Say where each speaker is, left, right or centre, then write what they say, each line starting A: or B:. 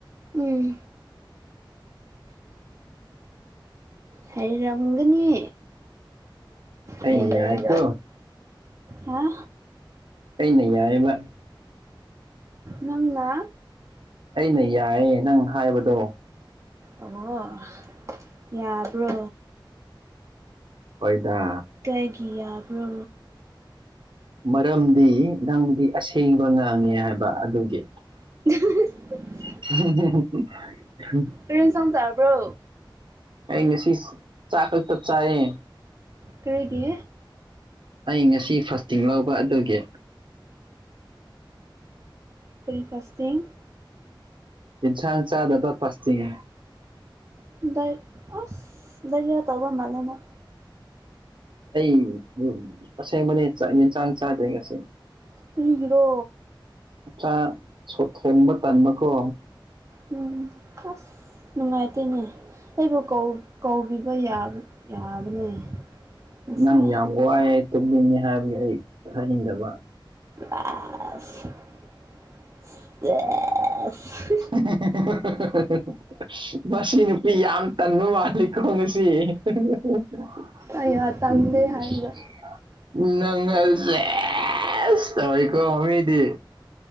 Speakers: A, on the right; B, on the right.
A: ꯎꯝ ꯍꯩꯔꯝꯒꯅꯤ
B: ꯑꯩꯅ
A: ꯍ
B: ꯌꯥꯏꯀꯣ
A: ꯍꯥ
B: ꯑꯩꯅ ꯌꯥꯏꯕ
A: ꯅꯪꯅ
B: ꯑꯩꯅ ꯌꯥꯏꯌꯦ ꯅꯪ ꯍꯥꯏꯕꯗꯣ
A: ꯑꯣ ꯌꯥꯕ꯭ꯔꯣ
B: ꯐꯣꯏꯗꯥ
A: ꯀꯒꯤꯌꯥꯕ꯭ꯔꯣ
B: ꯃꯔꯝꯗꯤ ꯅꯪꯗꯤ ꯑꯁꯦꯡꯕ ꯉꯥꯡꯉꯦ ꯍꯥꯏꯕ ꯑꯗꯨꯒꯤ
A: <inaudible>
B: <unintelligible>
A: ꯇ꯭ꯔꯔꯤꯦꯟ ꯆꯣꯡ ꯆꯥꯔꯕ꯭ꯔꯣ
B: ꯑꯩ ꯉꯁꯤ ꯆꯥꯛ ꯈꯛꯇ ꯆꯥꯏꯌꯦ
A: ꯀꯔꯤꯒꯤ
B: ꯑꯩ ꯉꯁꯤ ꯐꯥꯔꯁꯇꯤꯡ ꯂꯧꯕ ꯑꯗꯨꯒꯤ
A: ꯕ꯭ꯔꯦꯛꯐꯥꯁꯥꯁꯇꯤꯡ
B: ꯏꯁꯥꯡ ꯆꯥꯗꯠꯇ ꯐꯁꯤꯇꯉ
A: ꯗꯥ ꯑꯁ ꯗꯥꯏꯔꯤꯌꯥ ꯇꯧꯕ ꯃꯥꯜꯂꯦ ꯅꯪ
B: ꯑꯩ ꯑꯁꯦꯡꯕꯅꯦ ꯆꯥꯛ ꯏꯟꯁꯥꯡ ꯆꯥꯗꯦ ꯉꯁꯤ
A: ꯀꯔꯤꯒꯤꯔꯣ
B: ꯆꯥꯛ ꯊ‌ꯣꯡ ꯊꯣꯡꯕ ꯇꯟꯕꯀꯣ
A: ꯎꯝ ꯑꯁ ꯅꯨꯡꯉꯥꯏꯇꯦꯅꯦ ꯑꯩꯕꯨ ꯀꯧ ꯀꯧꯕꯤꯕ ꯌꯥ ꯌꯥꯕꯅꯦ ꯉꯁꯥꯏ
B: ꯅꯪ ꯌꯥꯝ ꯋꯥꯏꯑꯦ ꯇꯨꯝꯅꯤꯡꯅꯤ ꯍꯥꯏꯕꯒꯤ ꯑꯩ ꯍꯥꯏꯅꯤꯡꯗꯕ
A: ꯑꯥꯖ <unintelligible>
B: <unintelligible> ꯃꯁꯤ ꯅꯨꯄꯤ ꯌꯥꯝ ꯇꯟꯕ ꯃꯥꯜꯂꯤꯀ‌ꯣ ꯉꯁ <unintelligible> ꯁꯤ <unintelligible>
A: ꯑꯩꯌꯥ ꯇꯜꯂꯦ ꯍꯥꯏꯔꯒ
B: ꯅꯪꯒꯜ ꯆꯦꯁ ꯇꯧꯏꯀꯣ ꯃꯤꯗꯤ